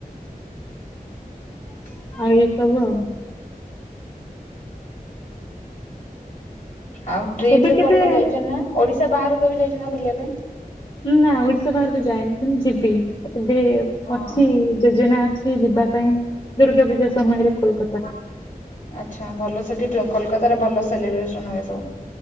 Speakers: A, on the left; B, on the left.
A: ହ
B: ଆଉ ଏଇ ସବୁ ଆଉ
A: ଆଉ ଟ୍ରିପ
B: କେବେ
A: ରେ
B: କେବେ
A: କୁଆଡେ କୁଆଡେ ଯାଇଛନ୍ତି ନା ଓଡିଶା ବାହାରକୁ କେବେ ଯାଇଛନ୍ତି ନା ବୁଲିବା ପାଇଁ?
B: ନା ଓଡିଶା ବାହାରକୁ ଯାଏନି କିନ୍ତ ଯିବି ଏବେ
A: ହଁ
B: ଅଛି ଯୋଜନା ସିଏ ଯିବା ପାଇଁ ଦୁର୍ଗା ପୂଜା ସମୟରେ କୋଲକାତା
A: ଆଚ୍ଛା ଭଲ ସେଠି କୋଲକାତାରେ ଭଲ ସେଲିବ୍ରେସନ ହୁଏ ସବୁ